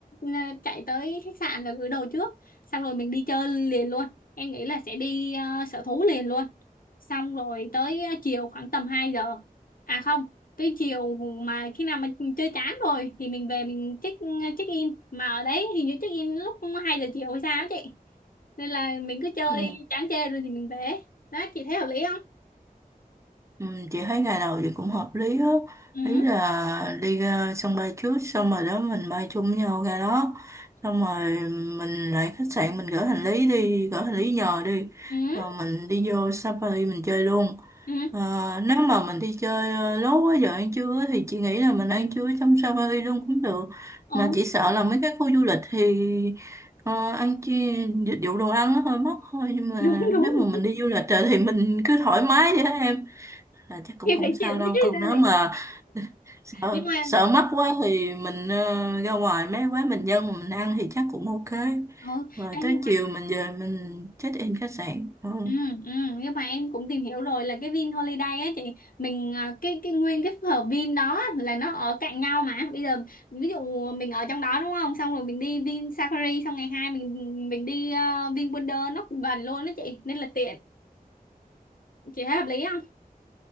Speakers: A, on the left; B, on the right.
A: à, chạy tới khách sạn là gửi đồ trước xong rồi mình đi chơi liền luôn em nghĩ là sẽ đi à, sở thú liền luôn xong rồi tới à, chiều khoảng tầm hai giờ à không tới chiều mà khi nào mà chơi chán rồi thì mình về mình check à, check in mà ở đấy hình như check in lúc 2 giờ chiều hay sao á chị nên là mình cứ chơi
B: Ừ.
A: chán chê rồi thì mình về đó chị thấy hợp lý không
B: Ừ, chị thấy ngày đầu thì cũng hợp lý á
A: ừ
B: ý là đi ra sân bay trước xong rồi đó mình bay chung với nhau ra đó xong rồi mình lại khách sạn mình gửi hành lý đi gửi hành lý nhờ đi
A: ừ
B: rồi mình đi vô Safari mình chơi luôn
A: ừ
B: Ờ, nếu mà mình đi chơi ờ, lố quá giờ ăn trưa á, thì chị nghĩ là mình ăn trưa trong Safari luôn cũng được
A: ừ
B: mà chỉ sợ là mấy cái khu du lịch thì ờ, ăn chi dịch vụ đồ ăn nó hơi mắc thôi
A: <laughs>
B: nhưng mà
A: đúng đúng
B: nếu mà mình
A: đúng
B: đi du lịch rồi thì mình cứ thoải mái vậy đó em là chắc cũng
A: thì
B: không
A: phải
B: sao
A: chịu đấy
B: đâu
A: chứ
B: còn
A: ra
B: nếu
A: thì
B: mà sợ
A: <laughs> nhưng mà
B: sợ mắc quá thì mình ờ, ra ngoài mấy quán bình dân mà mình ăn thì chắc cũng ok
A: ừ
B: rồi
A: ê,
B: tới
A: nhưng mà
B: chiều mình về mình check in khách sạn đúng không
A: ừ ừ nhưng mà em cũng tìm hiểu rồi là cái Vin Holiday á chị mình à, cái cái nguyên cái phở Vin đó là nó ở cạnh nhau mà bây giờ ví dụ mình ở trong đó đúng không xong rồi mình đi Vin Safari xong ngày hai mình mình đi uh, Vin Wonder nó cũng gần luôn đó chị nên là tiện chị thấy hợp lý không